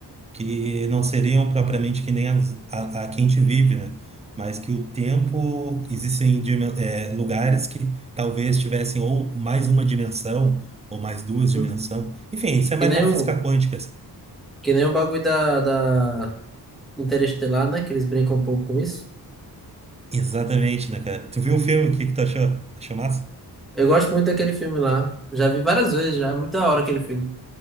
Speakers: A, on the right; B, in the centre.
A: que não seriam propriamente que nem as, a, a que a gente vive, né? Mas que o tempo existem dimen- eh, lugares que talvez tivessem ou mais uma dimensão ou mais duas dimensões.
B: hum.
A: Enfim, isso é
B: Que
A: mais
B: nem
A: na física
B: o,
A: quântica. assim.
B: que nem o bagulho da, da Interestelar, né? Que eles brincam um pouco com isso.
A: Exatamente, né, cara? Tu viu o filme? O que que tu achou? Achou massa?
B: Eu gosto muito daquele filme lá. Já vi várias vezes já. É muito da hora aquele filme.